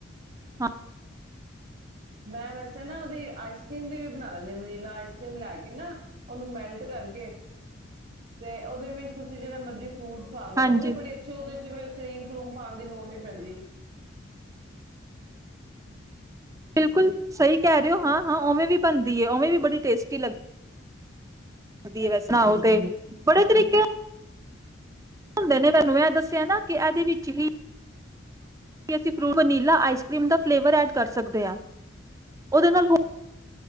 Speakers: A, on the right; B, on the right.
A: ਹਾਂ
B: ਮੈਂ ਵੈਸੇ ਨਾ ਉਹਦੀ ਆਈਸ ਕਰ੍ਰੀਮ ਦੀ ਵੀ ਬਣਾ ਲੈਂਦੀ ਹਾਂ ਵਨੀਲਾ ਆਈਸ ਕਰ੍ਰੀਮ ਲੈ ਕੇ ਨਾ ਉਹਨੂੰ ਮੈਲਟ ਕਰਕੇ, ਤੇ ਉਹਦੇ ਵਿੱਚ ਤੁਸੀਂ ਜਿਹੜੇ ਮਰਜ਼ੀ ਫੂਟਸ ਪਾ ਲਓ
A: ਹਾਂਜੀ
B: ਉਹ ਵੀ ਬੜੀ ਅੱਛੀ ਉਹਦੇ ਕਰੀਮ ਕਰੂਮ ਪਾਉਣ ਦੀ ਲੋੜ ਨੀ ਪੈਂਦੀ
A: ਬਿਲਕੁਲ ਸਹੀ ਕਹਿ ਰਹੇ ਹੋ ਹਾਂ ਹਾਂ ਉਵੇਂ ਵੀ ਬਣਦੀ ਹੈ ਉਵੇਂ ਵੀ ਬੜੀ ਟੇਸਟੀ ਲੱਗਾ ਹਦੀ ਵੈ ਸੁਣਾਓ ਤੇ ਬੜੇ ਤਰੀਕੇ ਹੁੰਦੇ ਨੇ ਮੈਨੂੰ ਇਹ ਦੱਸਿਆ ਨਾ ਕਿ ਇਹਦੇ ਵਿੱਚ ਹੀ ਅਸੀਂ ਫਰੂਟ ਵਨੀਲਾ ਆਈਸ ਕਰ੍ਰੀਮ ਦਾ ਫਲੇਵਰ ਐਡ ਕਰ ਸਕਦੇ ਹਾਂ ਉਹਦੇ ਨਾਲ ਹੋ